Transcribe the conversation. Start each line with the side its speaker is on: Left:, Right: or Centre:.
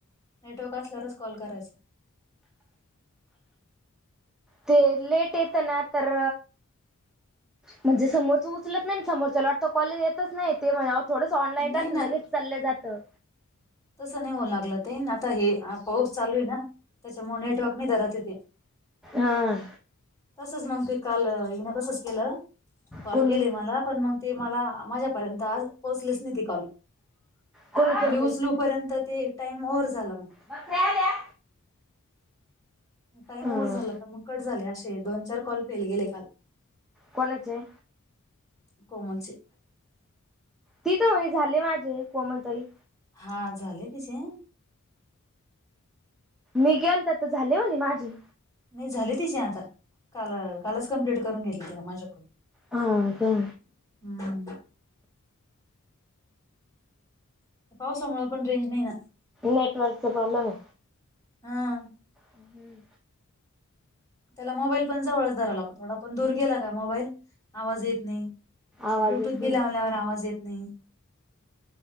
Left: नेटवर्क असल्यावरच कॉल करायचा.
Centre: ते लेट येतं ना तर म्हणजे समोरचं उचलत नाही समोरच्याला वाटतं कॉल येतच नाही ते मला थोडंस ऑनलाईन
Left: नाही
Centre: राहत न
Left: ना
Centre: लगेच चाललं जातं.
Left: तसं नाही होऊ लागलं ते न आता हे पाऊस चालू ये ना त्याच्यामुळे नेटवर्क नाही धरतंय ते.
Centre: हां.
Left: तसच मग ते काल हिन तसच केलं, कॉल
Centre: कोणी
Left: केले मला पण मग ते मला माझ्यापर्यंत आ पोहोचलेच नाही ते कॉल
Centre: कोणी
Left: आणि
Centre: केलते
Left: मी उचलू पर्यंत ते टाइम ओव्हर झाला मग.
Centre: बकऱ्या आल्या.
Left: टाइम
Centre: ह
Left: ओव्हर झाला होता मग कट झाले असे दोन चार कॉल फेल गेले काल.
Centre: कोणाचे?
Left: कोमलचे.
Centre: ति तर म्हणे झाले माझे कोमल ताई.
Left: हां झाले तिचेे.
Centre: मी किलता तर झाले म्हणे माझे.
Left: नाही झाले तिचे आता काल कालच कमप्लीट करून घेतले तिने माझ्याकडून.
Centre: हा का.
Left: हम्म. पावसामुळ पण रेंज नाहीना.
Centre: नेटवर्क चा प्रोब्लमय.
Left: हां.
Centre: हम्म.
Left: त्याला मोबाईल पण जवळच धराव लागतो थोडा पण दूर गेला का मोबाईल आवाज येत नाही.
Centre: आवाज
Left: ब्लूटूथ
Centre: येत
Left: बी
Centre: नाही
Left: लावल्यावर आवाज येत नाही